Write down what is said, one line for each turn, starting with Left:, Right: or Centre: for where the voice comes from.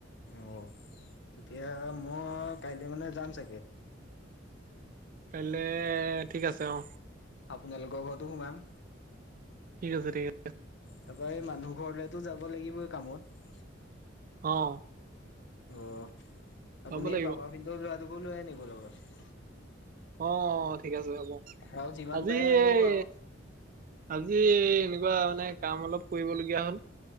Left: অ তেতিয়া মই কাইলৈ মানে যাম চাগে
Right: কাইলে ঠিক আছে অ
Left: আপোনালোকৰ ঘৰতো সোমাম
Right: ঠিক আছেিকছে
Left: তাৰপৰা এই মানুহ ঘৰলেতো যাব লাগিবই কামত
Right: অ
Left: অ
Right: চাব
Left: আপুনি
Right: লাগিব
Left: এই পাপা ফিনটৰ লৰাটোকো লৈয়ে নিিব লগত
Right: অ', ঠিক আছে ৰব,
Left: আৰু যিমান
Right: আজি
Left: পাৰে আনিব
Right: এই
Left: আৰু।
Right: আজি এই এনেকুৱা মানে কাম অলপ কৰিবলগীয়া হ'ল।